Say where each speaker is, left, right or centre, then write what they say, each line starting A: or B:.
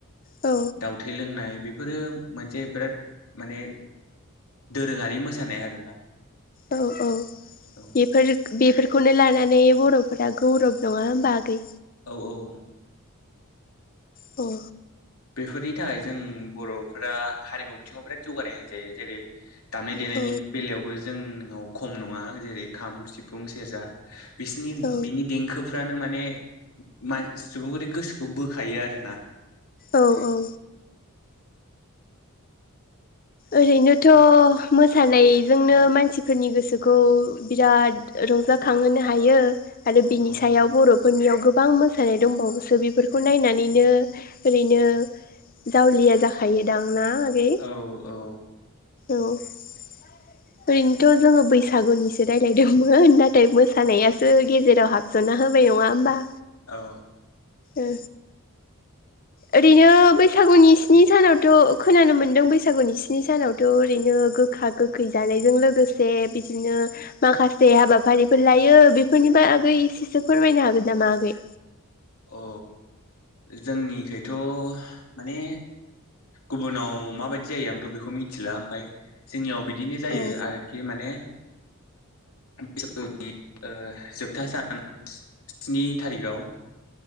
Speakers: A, on the left; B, on the left.
A: औ
B: दाउ थै लोंनाय बेफोरो मोनसे बिराद माने दोरोङारि मोसानाय आरोना
A: औ औ
B: औ
A: बेफोर बेफोरखौनो लानानै बर'फोरा गौरब नङा होमबा आगै
B: औ औ
A: औ
B: बेफोरनि थाखाय जों बर'फोरा हारिमु बिथिङाव बिराद जौगानाय होनजायो जेरै- दामनाय देनायनि
A: औ
B: बेलायावबो जोंनाव खम नङा जेरै- खाम सिफुं सेरजा बिसिनि
A: औ
B: बिनि देंखो फ्रानो माने मान सुबुंफोरनि गोसोखौ बोखायो आरोना
A: औ औ ओरैनोथ' मोसानायजोंनो मानसिफोरनि गोसोखौ बिराद रंजाखांहोनो हायो आरो बिनि
B: औ
A: सायाव बर' फोरनियाव गोबां मोसानाय दंबावोसो बेफोरखौ नायनानैनो ओरैनो जावलिया जाखायोदां ना आगै
B: औ औ
A: औ ओरैनोथ' जोंङो बैसागुनिसो रायज्लायदोंमोन नाथाय मोसानायासो गेजेराव हाबस'नना होबाय नङा होमबा
B: औ
A: ओ ओरैनो बैसागुनि स्नि सानावथ' खोनानो मोनदों बैसा सागुनि स्नि सानावथ' ओरैनो गोखा गोखै जानायजों लोगोसे बिदिनो माखासे जे हाबाफारिफोर लायो बेफोरनि बागै एसेसो फोरमायनो हागोन नामा आगै?
B: औ जोंनिखैथ' माने गुबुनाव माबायदि जायो आंथ' बेखौ मिथिला ओमफाय जोंनियाव बिदिनो जायो
A: औ
B: आरोखि माने बैसागुनि ओ जोबथा सान स्नि थारिखआव